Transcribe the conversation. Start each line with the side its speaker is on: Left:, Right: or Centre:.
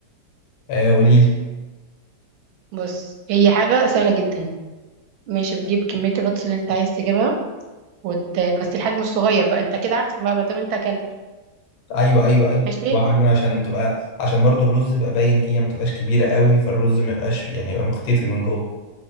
Left: آه، قولي لي
Right: بص هي حاجة سهلة جدا ماشي بتجيب كمية البطاطس اللي انت عايز تجيبها وت... بس الحجم الصغير بقى انت كده عارف بقى ما دام انت اكلت
Left: ايوه ايوه ايوه
Right: ماشي
Left: وحجم عشان تبقى عشان برضو الرز يبقى باين فيها ما تبقاش كبيره قوي فالرز ما يبقاش يعني يبقى مختفي من جوه